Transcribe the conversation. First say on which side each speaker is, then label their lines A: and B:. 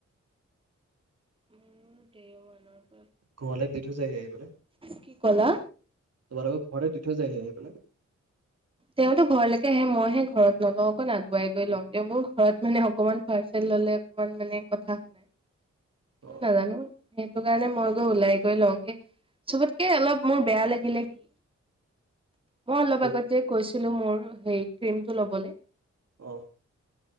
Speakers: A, on the right; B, on the right.
A: মোৰ দেও মান।
B: ঘৰলে দি থো যায় আহ পেলে তোমালোক
A: কি ক'লা
B: ঘৰতে দি থৈ যায় আহি পেলাই।
A: তেওঁতো ঘৰলৈকে আহে মইহে ঘৰত নলওঁ অকণ আগুৱাই গৈ লম তেওঁ মোৰ ঘৰত মানে অকমান পাৰ্চেল ললে অকমান মানে কথা শুনাই ক
B: অ
A: নাজানো? সেইটো কাৰণে মই গৈ ওলাই গৈ লওঁগে চবতকে অলপ মোৰ বেয়া লাগিলে কি? মই অলপ
B: কি
A: আগত। ছিলো মোৰ পেনতো লবলে।
B: আহ